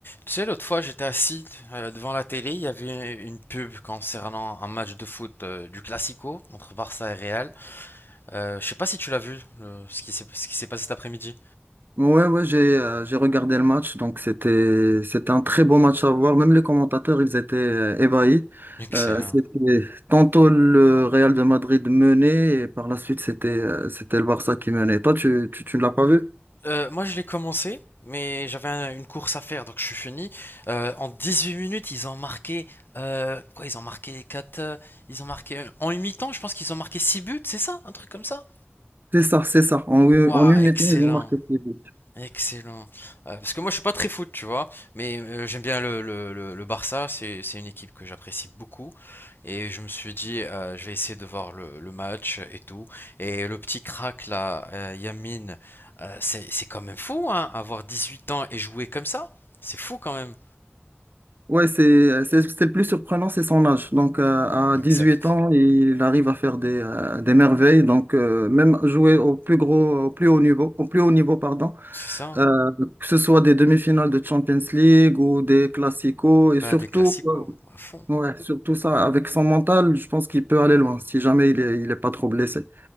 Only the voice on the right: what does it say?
Ouais, ouais, j'ai euh, j'ai regardé le match, donc c'était c'était un très beau match à voir. Même les commentateurs, ils étaient euh, ébahis.
Euh, c'était tantôt le Real de Madrid menait et par la suite c'était euh, c'était le Barça qui menait. Toi, tu tu, tu ne l'as pas vu?
C'est ça, c'est ça. En, en
une
minute, ils ont marqué six buts.
Ouais, c'est euh, c'est c'est le plus surprenant, c'est son âge. Donc euh, à
huit ans, il arrive à faire des euh, des merveilles. Donc euh, même jouer au plus gros, au plus haut niveau, au plus haut niveau, pardon.
Euh, que ce soit des demi-finales de Champions League ou des classicos, et
surtout,
euh,
ouais, surtout ça, avec son mental, je pense qu'il peut aller loin, si jamais il est, il est pas trop blessé.